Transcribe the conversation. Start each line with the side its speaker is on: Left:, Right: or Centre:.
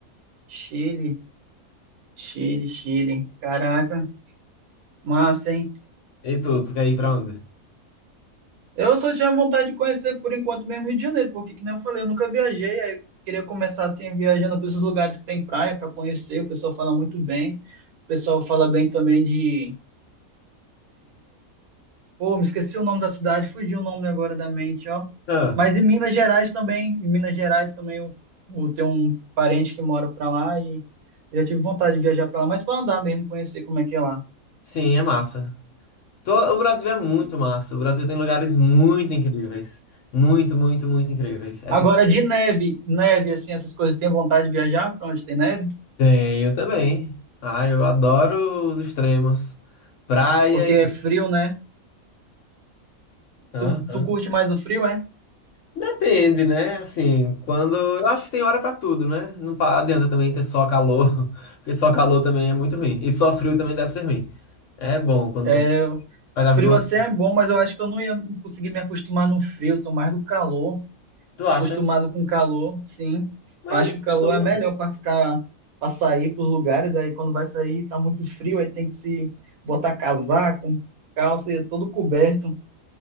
Right: Chile, Chile, Chile. Caraca, massa, hein?
Left: E tu, tu quer ir pra onde?
Right: Eu só tinha vontade de conhecer por enquanto mesmo Rio de Janeiro, porque que nem eu falei, eu nunca viajei, aí eu queria começar assim viajando para esses lugares que tem praia pra conhecer, o pessoal fala muito bem. O pessoal fala bem também de Pô, me esqueci o nome da cidade, fugiu o nome agora da mente, ó.
Left: Ah,
Right: Mas em Minas Gerais também, em Minas Gerais também eu, eu tenho um parente que mora pra lá e já tive vontade de viajar pra lá, mas pra andar mesmo, conhecer como é que é lá.
Left: sim, é massa. Tô- o Brasil é muito massa. O Brasil tem lugares muito incríveis. Muito, muito, muito incríveis. É
Right: Agora
Left: tipo,
Right: de neve, neve assim, essas coisas, tem vontade de viajar pra onde tem neve?
Left: tenho também. Ah, eu adoro os extremos. Praia
Right: Porque é frio, né?
Left: Aham.
Right: Tu, tu curte mais o frio, é?
Left: Depende, né? Assim, quando. Eu acho que tem hora pra tudo, né? Não pa- adianta também ter só calor, <laughs> porque só calor também é muito ruim. E só frio também deve ser ruim. É bom quando
Right: É,
Left: você faz as
Right: Frio
Left: duas.
Right: assim é bom, mas eu acho que eu não ia conseguir me acostumar no frio, sou mais do calor.
Left: Tu acha?
Right: acostumado com calor, sim.
Left: Mas,
Right: Eu acho que o calor
Left: isso-
Right: é melhor para ficar, para sair para os lugares. Aí quando vai sair tá muito frio, aí tem que se botar casaco, calça e é todo coberto,